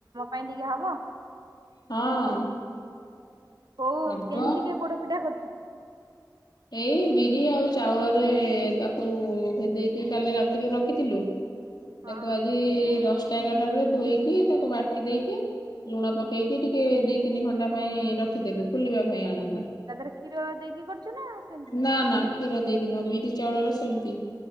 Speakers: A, on the right; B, on the left.
A: ପାଇଁ ଟିକେ ହବ?
B: ହଁ,
A: କୋଉ
B: ହବ
A: କେମିତିକା ପୋଡ଼ ପିଠା କରୁଛୁ?
B: ଏଇ ବିରି ଆଉ ଚାଉଳରେ ତାକୁ ଭେଦେଇକି କାଲି ରାତିରୁ ରଖିଥିଲୁ,
A: ହଁ
B: ତାକୁ ଆଜି ଦଶଟା ଏଗାରଟା ବେଳେ ଧୋଇକି ତାକୁ ବାଟି ଦେଇକି ଲୁଣ ପ କେଇକି ଟିକେ ଦିଇ ତିନି ଘଣ୍ଟା ପାଇଁ ରଖିଦେଲୁ, ଖୁଲିବା ପାଇଁ ଆଣନ୍ଦ
A: ଆଚ୍ଛା। ତା ଦେହରେ କ୍ଷୀର ଦେଇକି କରୁଛୁ ନା ସେମିତି?
B: ନା-ନା, କ୍ଷୀର ଦେଇକି ନହ ବିରି ଚାଉଳର ସେମିତି